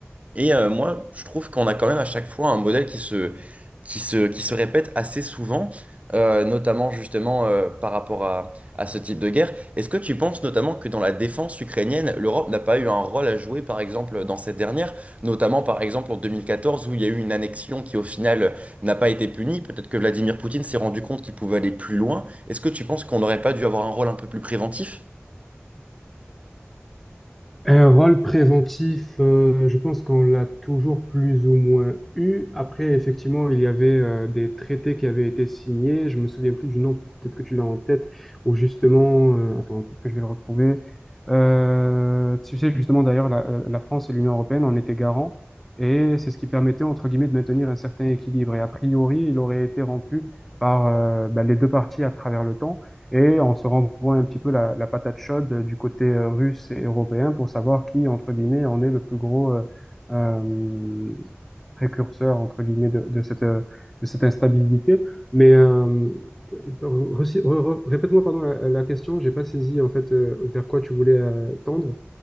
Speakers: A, on the right (about 30°); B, in the centre.
A: Et euh, moi, je trouve qu'on a quand même à chaque fois un modèle qui se, qui se, qui se répète assez souvent, euh, notamment justement euh, par rapport à, à ce type de guerre. Est-ce que tu penses notamment que dans la défense ukrainienne, l'Europe n'a pas eu un rôle à jouer, par exemple, dans cette dernière, notamment par exemple en 2014 où il y a eu une annexion qui au final n'a pas été punie? Peut-être que Vladimir Poutine s'est rendu compte qu'il pouvait aller plus loin. Est-ce que tu penses qu'on n'aurait pas dû avoir un rôle un peu plus préventif?
B: Un rôle préventif, euh, je pense qu'on l'a toujours plus ou moins eu. Après, effectivement, il y avait euh, des traités qui avaient été signés. Je me souviens plus du nom, peut-être que tu l'as en tête, ou justement, euh, attends, peut-être que je vais le retrouver. Euh, tu sais, justement, d'ailleurs, la, euh, la France et l'Union européenne en étaient garants, et c'est ce qui permettait, entre guillemets, de maintenir un certain équilibre. Et a priori, il aurait été rompu par euh, ben, les deux parties à travers le temps. Et on se renvoie un petit peu la, la patate chaude euh, du côté euh, russe et européen pour savoir qui, entre guillemets, en est le plus gros euh, euh, précurseur, entre guillemets, de, de cette, euh, de cette instabilité. Mais euh, re- re- re- répète-moi, pardon, la, la question, j'ai pas saisi en fait euh, vers quoi tu voulais euh, tendre.